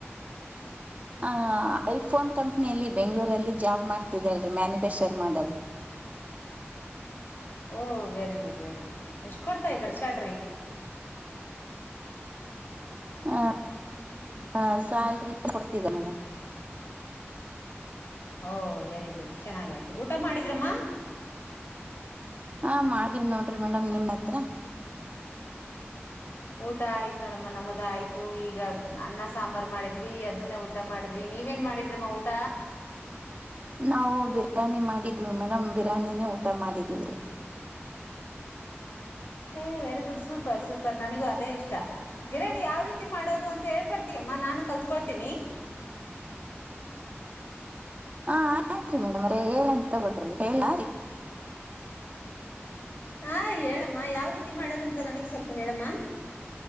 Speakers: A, on the right; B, on the left.
A: ಆ ಐಫೋನ್ ಕಂಪ್ನಿಯಲ್ಲಿ ಬೆಂಗ್ಗಳೂರಲ್ಲಿ ಜಾಬ್ ಮಾಡ್ತಿದ್ದಾಳೀ ಮ್ಯಾನುಫ್ಯಾಕ್ಚರ್ ಮಾಡದು
B: ಓಹ ವೆರಿ ಗುಡ್ ವೆರಿ ಗುಡ್ ಎಷ್ಟ್ ಕೊಡ್ತಾ ಇದಾರೆ ಸ್ಯಾಲರಿ
A: ಹ ಹಾ ಸ್ಯಾಲ್ರಿ ಕೊಡ್ತಿದೆ ಮೇಡ್ಮ್
B: ಓ ವೆರಿ ಗುಡ್ ಚೆನ್ನಾಗಾಯ್ತು ಊಟ ಮಾಡಿದ್ರಮ್ಮ
A: ಹಾ ಮಾದ್ದ್ವಿ ನೋಡ್ರಿ ಮೇಡಮ್ ನಿಮ ಹತ್ರ
B: ಊಟ ಆಯ್ತು ನೋಡಮ್ಮ ನಮ್ಮದ ಆಯ್ತು ಈಗ ಅನ್ನ ಸಾಂಬಾರ್ ಮಾಡಿದ್ವಿ ಅದನ್ನೇ ಊಟ ಮಾಡಿದ್ವಿ ನೀವೇನ್ ಮಾಡಿದ್ರಮ್ಮ ಊಟ
A: ನಾವು ಬಿರಿಯಾನಿ ಮಾಡಿದ್ದ ಮೇಡಮ ಬಿರಾನಿನ ಟ್ಟ ಊಟ ಮಾಡಿದ್ದೀವ್ರಿ
B: ಹೇ ವೆರಿ ಗುಡ್ ಸೂಪರ್ ಸೂಪರ್ ನನಗೂ ಅದೇ ಇಷ್ಟ ಬಿರ್ಯಾನಿ ಯಾವ ರೀತಿ ಮಾಡೋದು ಅಂತ ಹೇಳ್ಕೊಡ್ತೀಯಮ್ಮ ನಾನು ಕಲ್ತ್ಕೊಳ್ತೀನಿ
A: ಹಾ ಆಯ್ತ್ರಿ ಮೇಡಮ್ ರೆ ಹೇಳಂತ ತಗೊಳ್ರಿ ಹೇಳ ರೀ
B: ಹಾ ಹೇಳಮ್ಮ ಯಾವ ರೀತಿ ಮಾಡದಂತ ನನಗ್ ಸ್ವಲ್ಪ ಹೇಳಮ್ಮ